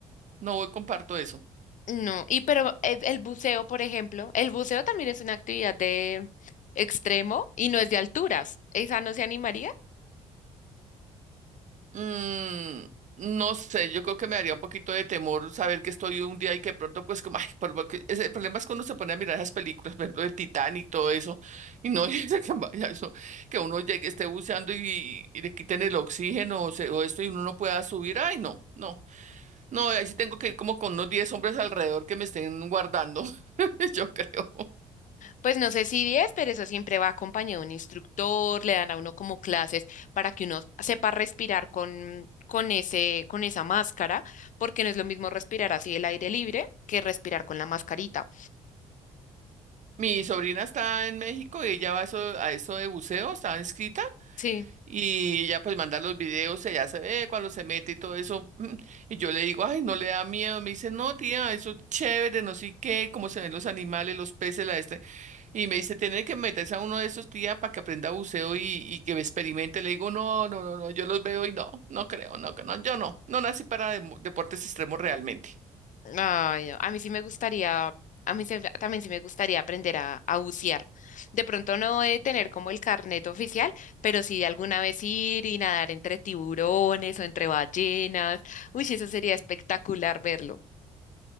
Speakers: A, on the right; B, on the left.
A: no voy, comparto eso.
B: No, y pero el, el buceo, por ejemplo, el buceo también es una actividad de extremo y no es de alturas. Esa no se animaría.
A: Mm, no sé, yo creo que me daría un poquito de temor saber que estoy un día y que pronto, pues, como, ay, por lo ese- el problema es cuando se pone a mirar esas películas, por ejemplo, el Titanic y todo eso, y no <laughs> dice que, vaya eso, que uno llegue, esté buceando y, y le quiten el oxígeno o, se- o esto y uno no pueda subir. Ay, no, no, no, ahí sí tengo que ir como con unos 10 hombres alrededor que me estén guardando, <laughs> yo creo.
B: Pues no sé si 10, pero eso siempre va acompañado de un instructor, le dan a uno como clases para que uno sepa respirar con, con ese, con esa máscara, porque no es lo mismo respirar así el aire libre que respirar con la mascarita.
A: Mi sobrina está en México y ella va a eso, a eso de buceo, estaba inscrita.
B: Sí,
A: Y ella pues manda los videos, ella se ve cuando se mete y todo eso. mm, Y yo le digo, ay, no le da miedo. Me dice, no, tía, eso es chévere, no sé qué, cómo se ven los animales, los peces, la este. Y me dice, tiene que meterse a uno de esos, tía, para que aprenda buceo y, y que experimente. Le digo, no, no, no, no, yo los veo y no, no creo, no, que no, yo no, no nací para demo- deportes extremos realmente. <laughs>
B: Ay, no, a mí sí me gustaría, a mí se- también sí me gustaría aprender a, a bucear. De pronto no de tener como el carnet oficial, pero sí de alguna vez ir y nadar entre tiburones o entre ballenas. Uy, sí, eso sería espectacular verlo.